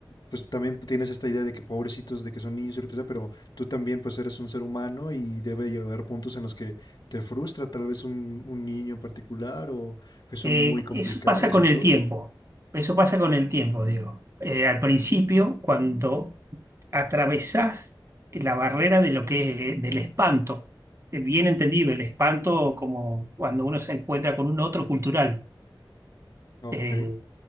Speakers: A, on the left; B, on the right.
A: pues también tienes esta idea de que pobrecitos, de que son niños y lo que sea, pero tú también pues eres un ser humano y debe llegar puntos en los que te frustra tal vez un, un niño en particular o que son
B: Eh,
A: muy complicados
B: eso pasa con
A: y todo.
B: el tiempo, eso pasa con el tiempo, digo. Eh, al principio, cuando atravesás la barrera de lo que es- del espanto, eh, bien entendido, el espanto como cuando uno se encuentra con un otro cultural.
A: Ah, ok,
B: Eh,